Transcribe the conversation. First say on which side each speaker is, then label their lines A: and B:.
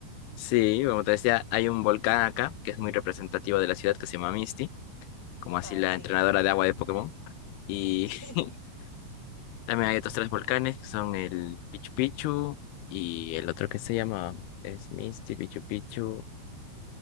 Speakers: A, on the left; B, on the left.
A: Sí, como te decía, hay un volcán acá que es muy representativo de la ciudad que se llama Misty, como así
B: Ah,
A: la
B: sí.
A: entrenadora de agua de Pokémon. Y
B: <laughs>
A: <laughs> también hay otros tres volcanes que son el Pichu Pichu y el otro que se llama es Misty, Pichu Pichu.